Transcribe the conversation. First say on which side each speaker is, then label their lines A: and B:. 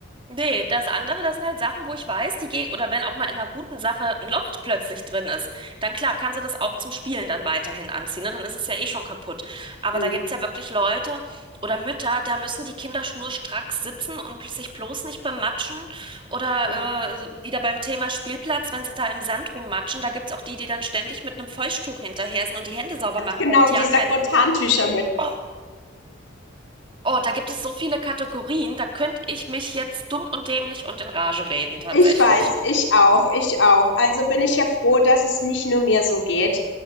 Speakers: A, on the right (about 25°); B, on the left (about 75°).
A: Nee, das andere, das sind halt Sachen, wo ich weiß, die gehen, oder wenn auch mal in einer guten Sache ein Loch plötzlich drin ist, dann klar, kann sie das auch zum Spielen dann weiterhin anziehen, ne? Dann ist es ja eh schon kaputt. Aber
B: Mhm,
A: da gibt's ja wirklich Leute oder Mütter, da müssen die Kinder schnurstracks sitzen und sich bloß nicht bematschen oder
B: ja.
A: äh, wieder beim Thema Spielplatz, wenn sie da im Sand rummatschen, da gibt's auch die, die dann ständig mit einem Feuchttuch hinterher sind und die Hände sauber machen,
B: Genau,
A: damit ja
B: die
A: kein,
B: sakrotantücher
A: Oh, Oh, da gibt es so viele Kategorien, da könnte ich mich jetzt dumm und dämlich und in Rage reden, tatsächlich.
B: Ich weiß, ich auch, ich auch. Also bin ich ja froh, dass es nicht nur mir so geht.